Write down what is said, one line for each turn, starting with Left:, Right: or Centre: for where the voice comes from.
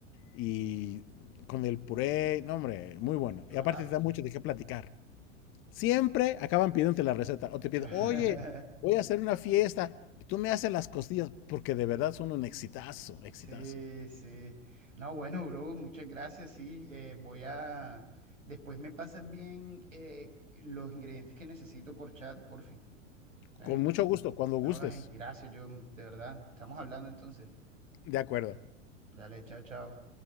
Left: Y con el puré, no, hombre, muy bueno.
Right: Claro,
Left: Y aparte te da
Right: sí.
Left: mucho de qué platicar. Siempre acaban pidiéndote la receta o te piden,
Right: <laughs>
Left: oye, voy a hacer una fiesta, tú me haces las costillas porque de verdad son un exitazo, exitazo.
Right: Sí, sí. No, bueno, bro, muchas gracias, sí. eh, voy a... Después me pasas bien eh, los ingredientes que necesito por chat, por fin. ¿Está
Left: Con
Right: bien?
Left: mucho gusto, cuando
Right: No,
Left: gustes.
Right: ay, gracias, yo, de verdad. Estamos hablando entonces.
Left: De acuerdo.
Right: Dale, chao, chao.